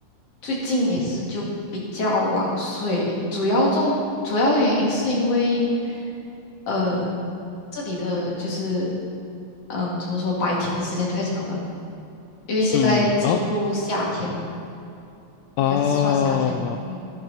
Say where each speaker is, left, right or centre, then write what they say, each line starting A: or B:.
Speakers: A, on the left; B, on the left.
A: 最近也是就比较晚睡，主要重主要的原因是因为，呃，这里的就是，嗯，怎么说，白天的时间太长了，因为现在进入夏天了，
B: 嗯，哦，
A: 应该是算夏天了，
B: 哦，
A: 嗯，